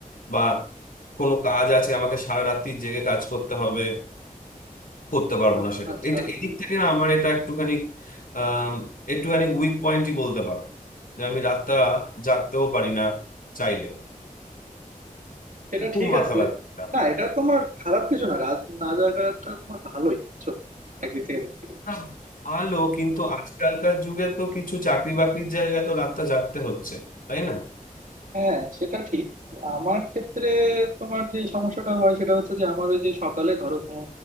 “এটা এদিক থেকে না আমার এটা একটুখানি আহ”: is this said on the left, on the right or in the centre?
Left